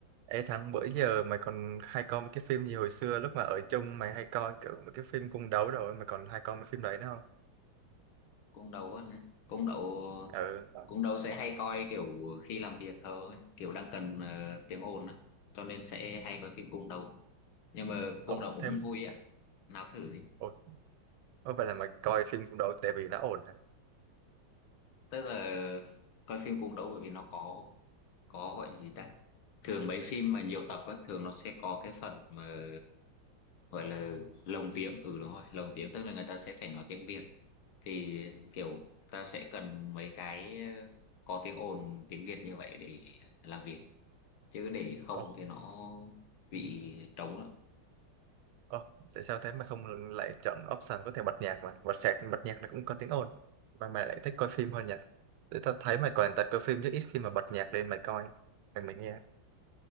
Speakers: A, on the right; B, on the left.
A: Ê Thắng, bữa giờ mày còn hay coi một cái phim gì hồi xưa lúc mà ở chung mày hay coi kiểu một cái phim cung đấu rồi mày còn hay coi mấy phim đấy nữa không?
B: Cung đấu á hả? cung đấu
A: Ừ.
B: cung đấu sẽ hay coi kiểu khi làm việc thôi kiểu đang cần ờ, tiếng ồn á cho nên sẽ hay coi phim cung đấu nhưng mà cung
A: Ồ,
B: đấu cũng
A: thêm
B: vui á nào thử đi
A: Ồ, có phải là mày coi phim cung đấu tại vì nó ổn hả?
B: tức là coi phim cung đấu bởi vì nó có có gọi gì ta thường mấy phim mà nhiều tập á thường nó sẽ có cái phần mà gọi là lồng tiếng ừ đúng rồi lồng tiếng tức là người ta sẽ phải nói tiếng Việt thì kiểu ta sẽ cần mấy cái ờ, có tiếng ồn tiếng Việt như vậy để làm việc chứ để không
A: Ồ,
B: thì nó bị trống lắm
A: ồ, tại sao thế mày không lại chọn option có thể bật nhạc mà? Bật sạc, bật nhạc nó cũng có tiếng ồn. Mà mày lại thích coi phim hơn nhỉ? Để tao thấy mày còn tật coi phim chứ ít khi mà bật nhạc lên mày coi, mày mày nghe.